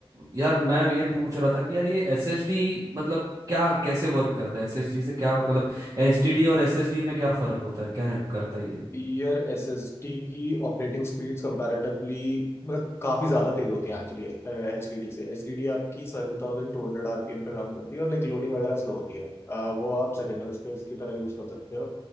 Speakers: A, on the right (about 35°); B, on the left (about 25°).
A: यार मैं ये पूछ रहा था कि यार ये एसएसडी मतलब क्या कैसे वर्क करता है एसएसडी से क्या मतलब एचडीडी और एसएसडी में क्या फर्क होता है क्या हेल्प करता है ये
B: यार एस एस टी की ऑपरेटिंग स्पीड्स कंपैरेटिवली मतलब काफ़ी ज़्यादा तेज़ होती हैं एक्चुअली एच डी डी से एच डी डी आपकी सेवन थाउजेंड टू हंड्रेड आर पी एम पे काम करती है और लाइक लोडिंग वगैरह स्लो होती है अ, वो आप सेकेंडरी स्पेस की तरह यूज़ कर सकते हो